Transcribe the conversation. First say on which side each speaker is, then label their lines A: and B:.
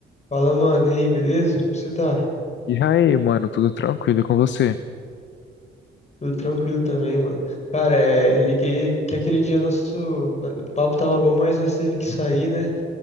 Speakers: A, on the left (about 35°); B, on the left (about 65°).
A: Fala, mano, e aí, beleza? Como você tá?
B: E aí, mano, tudo tranquilo com você?
A: Tudo tranquilo também, mano. Cara, é, liguei que aquele dia nosso no- o papo tava bom, mas nós teve que sair, né?